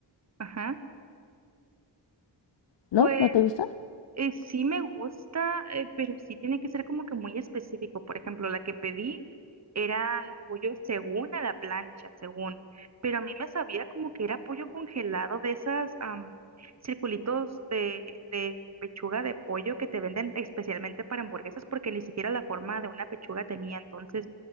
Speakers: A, on the right (about 40°); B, on the left (about 85°).
A: ajá.
B: ¿no?
A: Pues
B: ¿No te gusta?
A: Eh, sí me gusta, eh, pero sí tiene que ser como que muy específico. Por ejemplo, la que pedí era pollo según a la plancha, según, pero a mí me sabía como que era pollo congelado de esas am, circulitos de, de pechuga de pollo que te venden especialmente para hamburguesas porque ni siquiera la forma de una pechuga tenía. Entonces,